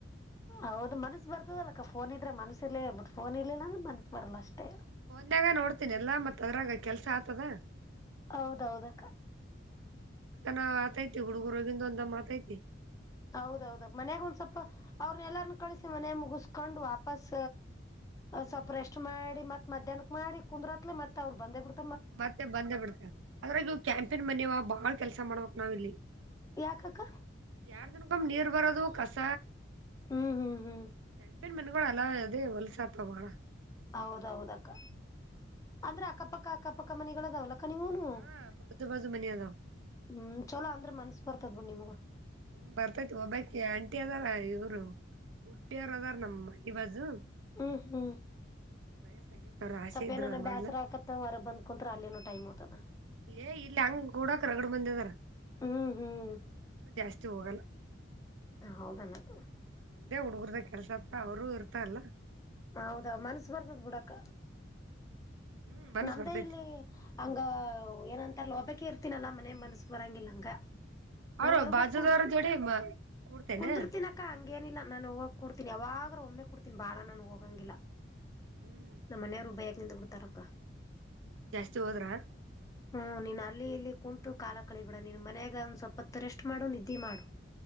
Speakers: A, on the left; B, on the right.
A: ಹೌದು ಮನಸ್ ಬರ್ತದಲ್ಲಕ್ಕ ಫೋನ್ ಇದ್ರೆ ಮನಸ್ಸ ಇರ್ಲಿ ಬಟ್ಟ ಪೋನ್ ಇಲ್ಲಂದ್ರ ಮನಸ್ ಬರಲ್ಲ ಅಷ್ಟೇ
B: ಪೊನ್ಯಾಗ ನೋಡ್ತೀನಿ ಎಲ್ಲಾ ಮತ್ ಅದ್ರಾಗ ಕೆಲ್ಸ ಆಗ್ತದ
A: ಹೌದ ಹೌದಕ್ಕ
B: ನ ಆತೈತಿ ಹುಡುಗುರು ಗಂದು ಒಂದ ದಮ್ಮ ಅತೈತಿ
A: ಹೌದೌದ ಮನ್ಯಾಗ ಒಂದ್ ಸ್ವಲ್ಪ ಅವ್ರನ್ನ ಎಲ್ಲರನ್ನ ಕಳಿಸಿ ಮನೆ ಮುಗಸ್ಕೊಂಡ್ ವಾಪಸ್ ಸ್ವಲ್ಪ
B: ಹ್ಮ್
A: ರೆಸ್ಟ್ ಮಾಡಿ ಮತ್ ಮಧ್ಯಾಹ್ನಕ್ ಮಾಡಿ ಕುಂದ್ರತ್ಲೆ ಮತ್ ಅವ್ರು ಬಂದೇ ಬಿಡ್ತಾರೆ
B: ಮತ್ತೆ ಬಂದೇ ಬಿಡ್ತ ಅದ್ರಾಗವು ಕ್ಯಾಂಟಿನ್ ಮನವ ಬಾಳ್ ಕೆಲ್ಸ ಮಾಡ್ಬಕ್ ನಾವ್ ಇಲ್ಲಿ
A: ಯಾಕಕ್ಕ
B: ಎರಡ್ ದಿನ್ಕಂಬೆ ನೀರ್ ಬರೋದು ಕಸ
A: ಹ್ಮ್ ಹ್ಮ್ ಹ್ಮ್
B: ಚಂಪಿನ್ ಮನೆಗಳು ಅಲ್ಲ ಅದೇ ಹೊಲ್ಸತ್ ಬಾಳ
A: ಹೌದ ಹೌದ ಅಕ್ಕ ಅಂದ್ರೆ ಅಕ್ಕಪಕ್ಕ ಅಕ್ಕಪಕ್ಕ ಮನಿಗಳಿದಾವಲ್ಲಕ್ಕ ಅಕ್ಕ ನೀವನು
B: ಹಾ ಬಾಜು ಬಾಜು ಮನಿ ಅದಾವ
A: ಹ್ಮ್ ಚಲೋ ಅಂದ್ರ ಮನ್ಸ ಬರ್ತದ್ ಬಿಡ್ ನಿಮಗೂ
B: ಹ್ಮ್ ಬರ್ತೈತಿ ಒಬ್ಬಾಕಿ ಆಂಟಿ ಅದಾರ ಇವರು ಉಡುಪಿಯ್ರ ಅದಾರ ನಮ್ಮ ಮನಿ ಬಾಜು.
A: ಹ್ಮ ಹು.
B: ವಯಸ್ಸಾಗೈತಿ ಅವ್ರ ಆಸೆ
A: ಸ್ವಲ್ಪ
B: ಇದ್ರು
A: ಏನಾನ
B: ಅವ್ರ ಮೊದ್ಲ
A: ಬ್ಯಾಸರ ಆಕತ್ತ ಹೊರ ಬಂದು ಕುಂತ್ರ ಅಲ್ಲೇನ ಟೈಮ್ ಹೋಗತಾದ.
B: ಏ ಇಲ್ಲ ಹಂಗ ಕೂಡಕ ರಗಡ್ ಬಂದಿದಾರ
A: ಹ್ಮ್ ಹ್ಮ್
B: ಜಾಸ್ತಿ ಹೋಗಲ್ಲ.
A: ಹೌದೇನದ.
B: ನಮ್ದೇ ಹುಡುಗರ್ದಾಗ ಕೆಲ್ಸ ಆತ್ತ ಅವರುೂ ಇರ್ತ ಅಲ್ಲ.
A: ಹೌದಾ ಮನ್ಸು ಬರ್ತದ್ ಬಿುಡಕ್ಕ.
B: ಹ್ಮ್ ಮನಸ್
A: ನಮ್ದೇ
B: ಬರ್ತೈತಿ
A: ಇಲ್ಲಿ ಹಂಗ ಏನಂ <unintelligible> ತ ವಹಬಾಕಕಿ ಇರ್ತೀನಲ್ಲಾ ಮನೆ ಮನಸ್ ಬರಂಗಿಲ್ಲಂಗ ನ
B: ಅವ್ರು
A: ಹೊರ್ಗ
B: ಬಾಜುದವ್ರ
A: ಹೋಗ್ ಕೊಡ್ತೀ.
B: ಜೋಡಿ ಕೂಡ್ತೇನೆ
A: ಕುಂದರ್ತಿನಕ್ಕ ಹಂಗೇನಿಲ್ಲ ನಾನು ಹೋಗ ಕುಡ್ತಿನಿ ಯವಾಗ. ಒಮ್ಮೆ ಕೊಡ್ತೀನ್ ಬಾಳ ನನ್ಗ್ ಹೋಗಂಗಿಲ್ಲ
B: ಹ್ಮ್
A: ನಮ್ಮ್ನೆಯವ್ರು ಬಯಕ್ ನಿಂದ ಬಿಡ್ತಾರಕ್ಕ.
B: ಜಾಸ್ತಿ ಹೋದ್ರ.
A: ಹ್ಮ್ ನೀನ್ ಅಲ್ಲಿ ಇಲ್ಲಿ ಕುಂತು ಕಾಲ ಕಳಿಬೇಡ ನೀನ್ ಮನಯಾಗ ಒಂದ್ ಸ್ವಲ್ಪತ್ತು ರೆಸ್ಟ್ ಮಾಡು ನಿದ್ದೆ ಮಾಡು.